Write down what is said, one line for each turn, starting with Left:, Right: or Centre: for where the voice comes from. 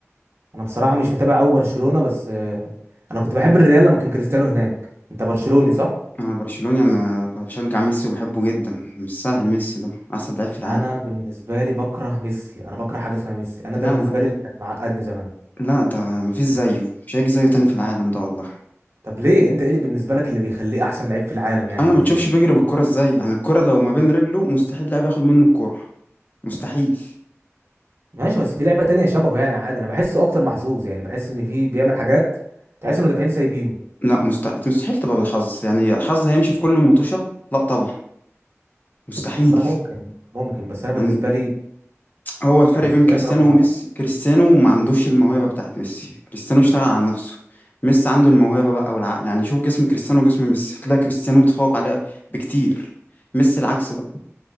Right: انا بصراحة مش متابع قوي برشلونة بس آه، انا كنت بحب الريال لما كان كريستيانو هناك انت برشلوني صح
Left: أنا برشلوني أنا بشجع ميسي وبحبه جدا مش سهل ميسي ده أحسن لعيب في العالم
Right: انا بالنسبة لي بكره ميسي انا بكره حاجة اسمها ميسي انا
Left: لا
Right: ده بالنسبة
Left: لا
Right: لي اللي كان معقدني زمان
Left: لا ده مفيش زيه مش هيجي زيه تاني في العالم ده والله
Right: طب ليه انت ايه اللي بالنسبة لك اللي بيخليه احسن لعيب في العالم يعني
Left: انا
Right: بالنسبة
Left: ما بتشوفش
Right: لك
Left: بيجري بالكرة ازاي يعني الكرة لو ما بين رجله مستحيل لاعب ياخد منه الكرة مستحيل
Right: ماشي بس في لعبة تانية شبهه يعني عادي انا بحسه اكتر محظوظ يعني بحس ان في بيعمل حاجات تحس ان المدافعين سايبينه
Left: لا مستحيل مستحيل تبقى بالحظ يعني الحظ هيمشي في كل مطوشة لا طبعا مستحيل
Right: والله ممكن ممكن بس انا بالنسبة
Left: يعني
Right: لي
Left: هو الفرق
Right: كريستيانو
Left: بين كريستيانو
Right: رقم
Left: وميسي
Right: واحد
Left: كريستيانو ما عندوش الموهبة بتاعت ميسي كريستيانو اشتغل على نفسه ميسي عنده الموهبة بقى والعقل يعني شوف جسم كريستيانو وجسم ميسي هتلاقي كريستيانو متفوق عليه بكتير ميسي العكس بقى